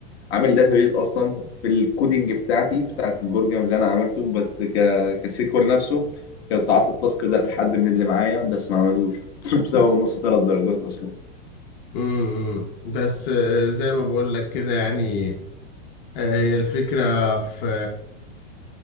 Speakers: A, on the left; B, on the left.
A: عامل داتابيز اصلا في الكودينج بتاعتي بتاعت البروجرام اللي انا عملته بس ك كسيكوال نفسه كنت قعدت التاسك ده لحد من اللي معايا بس ما عملوش <laughs> بسبب ونص ثلاث درجات اصلا
B: امم بس آه، زي ما بقول لك كده يعني آه، هي الفكرة في